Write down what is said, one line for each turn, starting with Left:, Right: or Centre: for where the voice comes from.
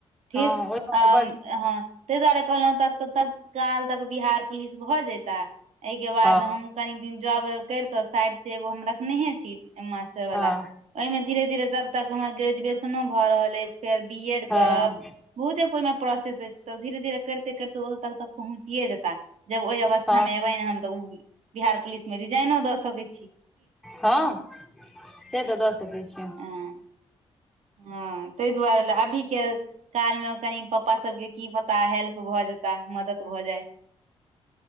Right: ठीक
Centre: हँ ओहिमे
Right: आब
Centre: तऽ बड
Right: हँ ताहि दुआरे कहलहु त तत्काल तक बिहार पुलिस भए जेता एहिके बाद
Centre: हँ
Right: हम कनी दिन जॉब उब करितो साइड से एगो हम रखनेहे छी मास्टर
Centre: हँ
Right: वला ओहिमे धीरे धीरे तब तक हमर ग्रेजुएशनो भऽ रहल अछि फेर बी एड
Centre: हँ
Right: करब बहुते ओहिमे प्रोसेस अछि तऽ धीरे धीरे करिते करिते ओतऽ तक तक पहुँचिए जेता जब ओहि अवस्था
Centre: हँ
Right: मे एबै हम तऽ उ बिहार पुलिस मे रिजाइनो दऽ सकै छी
Centre: हँ से तऽ दऽ सकै छिये
Right: की हँ ताहि दुआरे लऽ अभी केँ काल मे कनि पपा सबके की पता हेल्प भऽ जेते तऽ मदद भऽ जाए